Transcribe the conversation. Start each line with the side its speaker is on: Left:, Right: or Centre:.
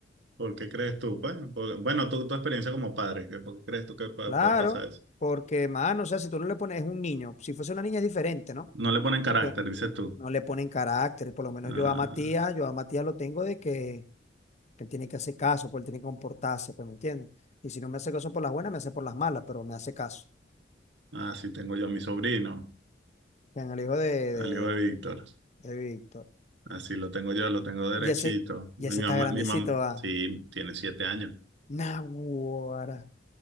Right: ¿Por qué crees tú? Pues, por- bueno, tú, tu experiencia como padre, ¿qué- ¿por qué crees tú que pa-
Left: Claro,
Right: pa- pasa eso?
Left: porque, mano, o sea, si tú no le pones, es un niño. Si fuese una niña es diferente, ¿no?
Right: No le ponen
Left: Porque
Right: carácter, dices tú.
Left: no le ponen carácter. Por lo menos
Right: Ah,
Left: yo a Matías, yo a Matías lo tengo de que, que él tiene que hacer caso, pues él tiene que comportarse, pues, ¿me entiendes? Y si no me hace caso por las buenas, me hace por las malas, pero me hace caso.
Right: ah, sí, tengo yo a mi sobrino,
Left: En el hijo de,
Right: al
Left: de,
Right: hijo de Víctor.
Left: de Víctor.
Right: Así lo tengo yo, lo tengo derechito.
Left: Y ese,
Right: Mi
Left: y ese
Right: mamá,
Left: está grandecito,
Right: mi mamá,
Left: va.
Right: sí, tiene siete años.
Left: Naguará.